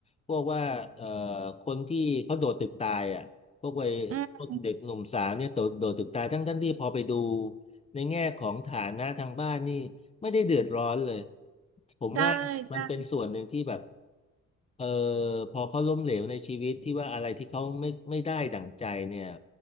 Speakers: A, on the left; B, on the right.
A: พวกว่าเอ่อคนที่เขาโดดตึกตายอ่ะพวกวัยพวกเด็กหนุ่มสาวเนี่ยโดดโดดตึกตายทั้งทั้งที่พอไปดู
B: อืม
A: ในแง่ของฐานะทางบ้านนี่ไม่ได้เดือดร้อนเลยผมว่ามันเป็นส่วนหนึ่งที่แบบ
B: ใช่ใช่
A: เออพอเขาล้มเหลวในชีวิตที่ว่าอะไรที่เขาไม่ไม่ได้ดั่งใจเนี่ย